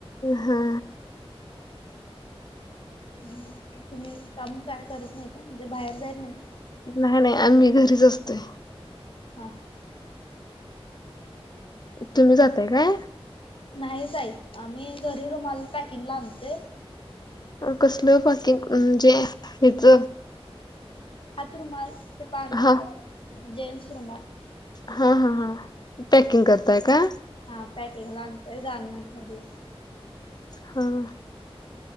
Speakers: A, on the left; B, on the left.
A: हा हा
B: हो तुम्ही? काम काय करत नाही का? म्हणजे बाहेर जायच नाही का.
A: नाही नाही आम्ही घरीच असतोय.
B: हां
A: तुम्ही जाताय काय?
B: नाही जाई. आम्ही घरी रुमाला पॅकिंगला आणतोय.
A: कसल पार्किंग? म्हणजे ह्याच
B: हात रुमाल ते पांढर
A: हा
B: जेन्टस रुमाल.
A: हा हा हां पॅकिंग करताय का?
B: हा पॅकेंगला आणतोय गारमेंट मधले.
A: हां